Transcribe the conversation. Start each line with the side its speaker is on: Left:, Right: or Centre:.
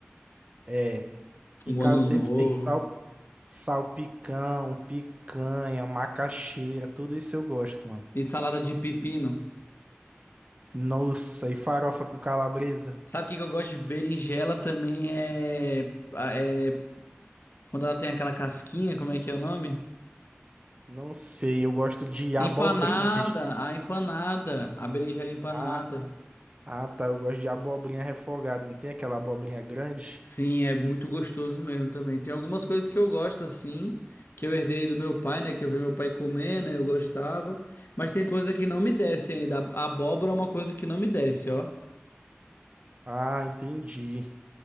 Right: É. Aqui
Left: Um
Right: Em casa
Left: ano
Right: sempre
Left: novo
Right: tem sal, salpicão, picanha, macaxeira, tudo isso eu gosto, mano.
Left: e salada de pepino.
Right: Nossa, e farofa com calabresa?
Left: Sabe o que que eu gosto de berinjela também é, a- é quando ela tem aquela casquinha, como é que é o nome?
Right: Não sei, eu gosto de
Left: Empanada,
Right: abobrinha. reche-
Left: a empanada, a berinjela empanada.
Right: Ah, ah, tá, eu gosto de abobrinha refogada. Não tem aquela abobrinha grande?
Left: Sim, é muito gostoso mesmo também. Tem algumas coisas que eu gosto assim, que eu herdei do meu pai, né, que eu vi meu pai comer, né, eu gostava, mas tem coisa que não me desce ainda. A abóbora é uma coisa que não me desce, ó.
Right: Ah, entendi.